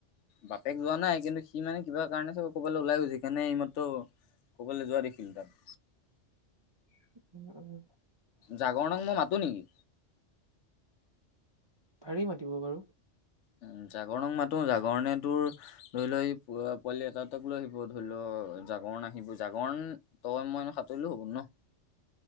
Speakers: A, on the left (about 75°); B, on the right (about 45°).
A: বাপেক যোৱা নাই কিন্তু সি মানে কিবা কাৰণে চব ক'বালৈ ওলাই গৈছে সিকাৰণে এইমাত্ৰ ক'বলৈ যোৱা দেখিল তাক।
B: <unintelligible>
A: জাগৰণং মই মাতোঁ নেকি?
B: পাড়ী মাতিব বাৰু।
A: উ, জাগৰণক মাতো জাগৰণে তোৰ ধৰি লও এই পোৱালি এটা এটক লৈ আহিব ধৰি লও জাগৰণ আহিব জাগৰণ তই মই সাঁতৰিলো হ'ল ন?